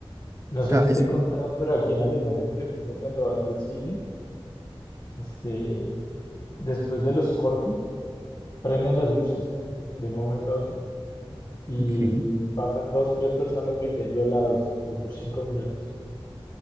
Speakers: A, on the left; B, on the right.
A: No sé
B: O sea,
A: si
B: es...
A: te he contado, pero aquí en Alemania, por ejemplo, cuando vas al cine, este, después de los cortos, prenden las luces de un momento a otro. y
B: ok,
A: pasan dos, tres personas vendiendo helados como por cinco minutos.